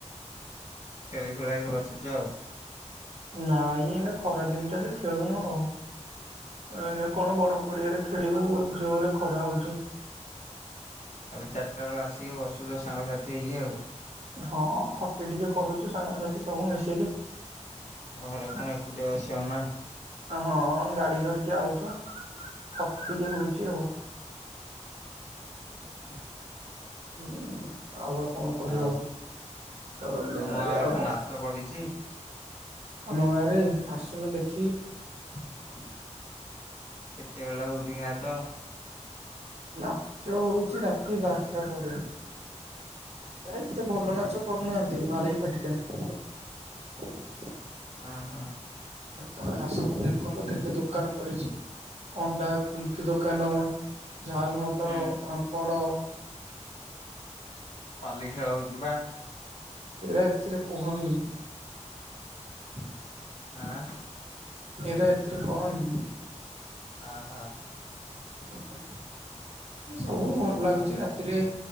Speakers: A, on the left; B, on the right.
A: ଖେଳି-ଖୁଳା କି ବସିଚୁ ଆଉ।
B: ନାଇଁ, ଏଇନେ ଖରା ଦିନୁଟା ଯେ, ଖେଳୁନୋଉଁ ଆଉ। ନାଇଁ-ନାଇଁ କଣ ବଡ ପଡିଆରେ ଖେ ଖେଳିବୁ ଜୋରେ ଖରା ହୋଉଚି।
A: ଖାଲି ଚାରିଟା ବେଳେ ଆସିକି ବସୁଛ ସାଙ୍ଗସାଥି ହେଇକି ଆଉ।
B: ହଁ-ଅଁ ଖଟି ଟିକେ କରୁଚୁ ସାଙ୍ଗସାଥି ସବୁ ମିଶିକି
A: ଘରେ କଣ
B: <inaudible>
A: ଏକୁଟିଆ ବସିବ ନା।
B: ହଁ-ଅଁ ଏ ଗାଡି ଧରିକି ଆଉଚୁ। <unintelligible> ହଟ କୁ ଟିକେ ହୋଉଚି ଆଉ।
A: ଆଚ୍ଛା-ଆ।
B: ହୁଁ-ଉଁ-ଉଁ। ଆଉ ବା କଣ କରିହବ?
A: ଆଉ
B: ଗରମ
A: ତମ
B: ଦିନ ଏବେ,
A: ଗାଁରେ
B: ଆଉ
A: ପା
B: କଅ?
A: ନାଚ ପଡିଛି
B: <inaudible> <inaudible> ଆମ ଗାଁରେ? ଆସୁନ ଦେଖି <unintelligible>
A: କେତେବେଳେ ହୋଉଚି କି ନାଚ?
B: ନାଚ ହୋଉଚି ରାତି ବାରଟା ପରେ, ଏ-ଏତେ ଭଲ ନାଚ କରୁନାଆନ୍ତି ମାଳେଇ ପାଟିଟା। <inaudible>
A: ଆ-ହା।
B: ତମେ ଆସନ୍ତୁ ଦେଖନ୍ତ କେତେ ଦୋକାନ ପଡିଛି ଅଣ୍ଡା କୁଲଫି ଦୋକାନ ଝାଲ ମଟର
A: ହୁଁ
B: ପାମ୍ପଡ଼ <inaudible>
A: ପାଲି ଖେଳ ହଉଚି ଯିବା
B: ଏରା ଏଥିରେ କୁହନି <inaudible>
A: ଆଁ
B: ଏରା ଏଥିରେ କହନି
A: ଆହା
B: <unintelligible> ସବୁ ଭଲ ଲାଗୁଚି
A: ଆଉ
B: ରାତିରେ